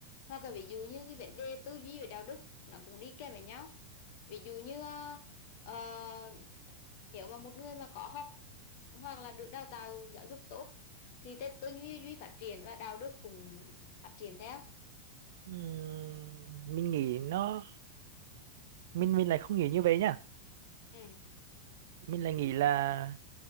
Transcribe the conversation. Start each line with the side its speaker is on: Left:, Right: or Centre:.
Left: hoặc là ví dụ như cái vấn đề tư duy về đạo đức nó cũng đi kèm với nhau ví dụ như ờ, ờ, nếu mà một người mà có học hoặc là được đào tạo giáo dục tốt thì tư tư duy duy phát triển và đạo đức cũng phát triển theo
Right: Ừm, mình nghĩ nó mình mình lại không nghĩ như vậy nha
Left: ừ
Right: mình lại nghĩ là